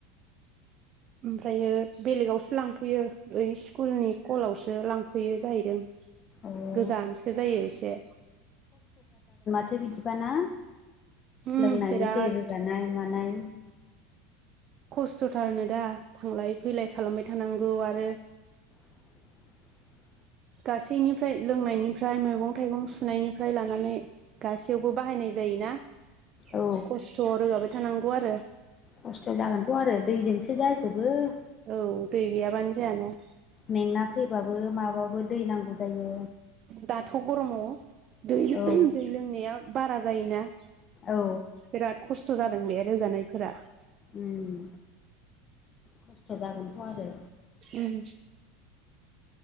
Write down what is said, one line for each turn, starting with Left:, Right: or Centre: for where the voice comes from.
Right: ओमफ्रायो बेलेगावसो लांफैयो ओइ स्कुलनि कलावसो लांफ फैयो जाहैदों
Left: औ
Right: गोजानसो जायो एसे।
Left: थो बिदिबाना
Right: उम
Left: लोंनायनि
Right: बिराद
Left: दै रोगानाय मानाय
Right: खस्थ'थारनो दा थांलाय फैलाय खालामबाय थानांगौ आरो
Left: <inaudible>
Right: गासैनिफ्राय लोंनायनिफ्राय मैगं थाइगं सुनायनिफ्राय लानानै गासैयावबो बाहायनाय जायोना खस्थ'
Left: औ
Right: रोगाबाय थानांगौ आरो।
Left: खस्थ' जागोनथ' आरो <unintelligible>
Right: औ दै गैयाबानो जायाना।
Left: मेंना फैबाबो माबाबो दै नांगौ जायो,
Right: दाथ' गरमाव दै-
Left: औ
Right: दै लोंनाया बारा जायोना।
Left: औ
Right: बिराद खस्थ' जादों बे रोगानायफोरा
Left: उम खस्थ' जागोनथ' आरो।
Right: उम